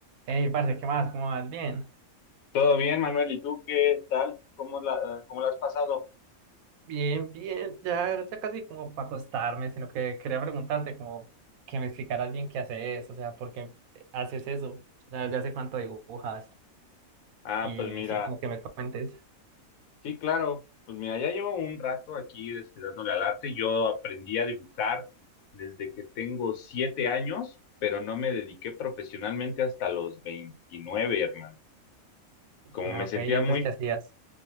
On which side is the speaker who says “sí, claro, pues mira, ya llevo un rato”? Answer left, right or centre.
Left